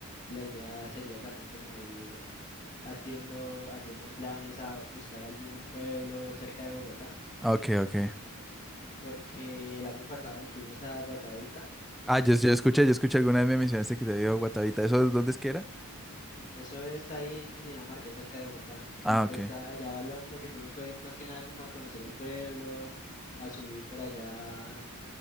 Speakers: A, on the left; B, in the centre.
A: la idea sería también como ir haciendo, haciendo planes a buscar algún pueblo cerca de Bogotá,
B: Ok, ok.
A: porque el año pasado nos fuimos a Guatavita y
B: Ah,
A: fuimos
B: yo, yo
A: pues
B: escuché, yo escuché alguna vez me mencionaste que te había ido a Guatavita. ¿Eso dónde es que era?
A: Eso está ahí en Cundinamarca, cerca de Bogotá. Y
B: Ah,
A: pues
B: ok.
A: a- allá lo, lo que fuimos fue más que nada como a conocer el pueblo, a subir por allá, a,